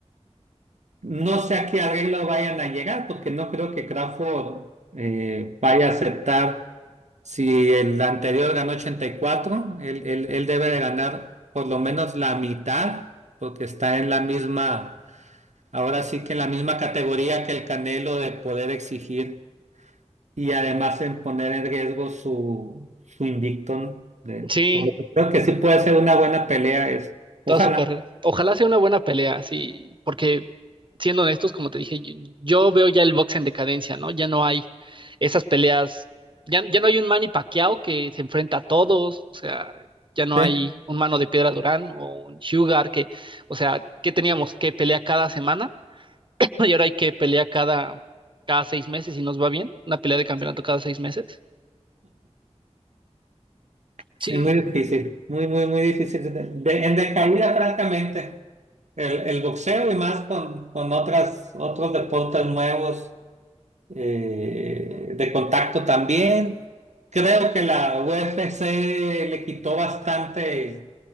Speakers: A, on the right (about 80°); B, on the right (about 45°).
A: No sé a qué arreglo vayan a llegar, porque no creo que Crawford eh, vaya a aceptar. Si el anterior ganó 84, él, él, él debe de ganar por lo menos la mitad, porque está en la misma, ahora sí que en la misma categoría que el Canelo de poder exigir y además en poner en riesgo su, su invicto, ¿no? De-
B: Sí,
A: por lo que creo que sí puede ser una buena pelea Es Ojalá.
B: toda su carrera. Ojalá sea una buena pelea, sí, porque siendo honestos, como te dije, yo, yo veo ya el box en decadencia, ¿no? Ya no hay esas peleas, ya, ya no hay un Manny Pacquiao que se enfrenta a todos, o sea, ya no
A: Sí,
B: hay un mano de piedra Durán o un Sugar que, o sea, ¿qué teníamos? ¿Qué pelea cada semana? <laughs> Y ahora hay que pelea cada, cada seis meses y nos va bien, una pelea de campeonato cada seis meses.
A: sí,
B: Sí,
A: muy difícil, muy, muy, muy difícil. De- de- en decaída, francamente, el, el boxeo y más con, con otras, otros deportes nuevos eh, de contacto también. Creo que la UFC le quitó bastante,